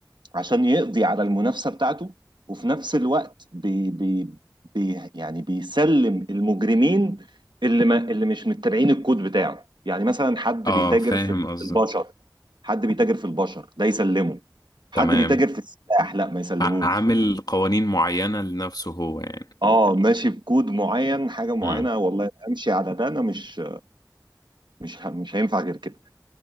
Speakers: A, on the right; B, on the left.
A: عشان يقضي على المنافسة بتاعته وفي نفس الوقت بي بي بي يعني بيسلم المجرمين اللي ما اللي مش متبعين الكود بتاعه يعني مثلا حد
B: اه
A: بيتاجر
B: فاهم
A: في
B: قصدك
A: البشر حد بيتاجر في البشر ده يسلمه حد
B: تمام
A: بيتاجر في السلاح لا ما يسلموش
B: ع- عامل قوانين معينة لنفسه هو يعني
A: اه ماشي بكود معين حاجة معينة
B: امم
A: والله امشي على ده انا مش مش ه- مش هينفع غير كده